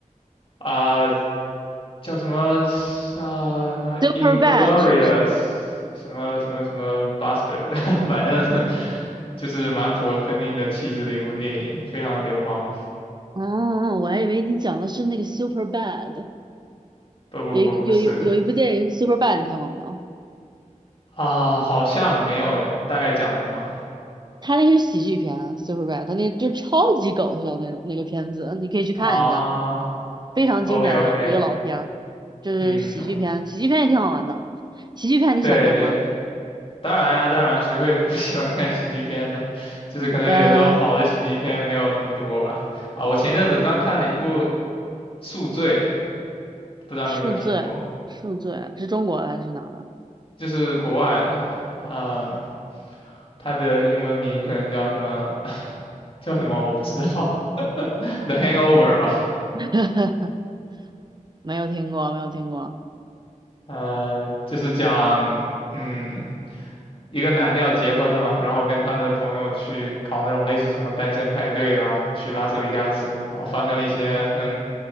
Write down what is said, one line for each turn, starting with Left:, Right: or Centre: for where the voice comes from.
Left: 啊、叫什么呃什么
Right: ？Super
Left: Inglorious
Right: Bad 是不是？
Left: 什么什么什么 Bastard，<laughs> 反正就是蛮符合昆汀的气质的一部电影，非常流氓。
Right: 哦，我还以为你讲的是那个 Super Bad，
Left: 不不不，
Right: 有一有有有一部电影
Left: 不是
Right: Super Bad，你看过没有？
Left: 啊、好像没有诶，大概讲什么？
Right: 他那个是喜剧片，Super Bad，他那就超级搞笑那种那个片子，你可以去看一下，
Left: 啊
Right: 非常经典的一个一个老片儿，
Left: ，OK OK，
Right: 就是喜剧片，
Left: 嗯，
Right: 喜剧片也挺好玩的。喜剧片你喜欢看吗？
Left: 对对，当然呀，当然，谁会不喜欢看喜剧片呢？就是可能有时候好的喜剧片没有那么多吧。
Right: 呃，
Left: 啊，我前阵子刚看了一部《宿醉》，不知道你有没有听过，
Right: 恕罪，恕罪是中国的还是哪的？
Left: 就是国外的，嗯，它的英文名可能叫什么 <laughs> 叫什么我不知道，<laughs>《The Hangover》吧，
Right: <laughs> 没有听过，没有听过。
Left: 呃，就是讲，嗯。一个男的要结婚了嘛，然后跟他的朋友去搞那种类似什么单身派对啊，去拉斯维加斯，然后发生了一些很